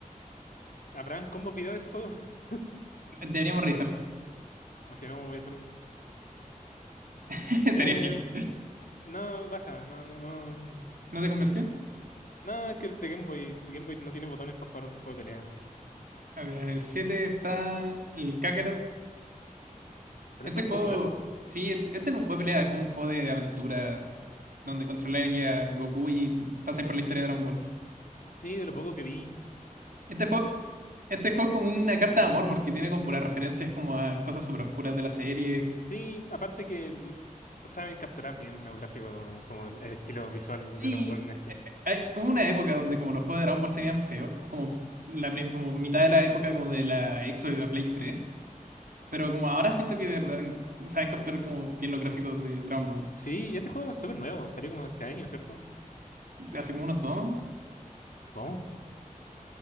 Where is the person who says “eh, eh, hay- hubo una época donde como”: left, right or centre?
Right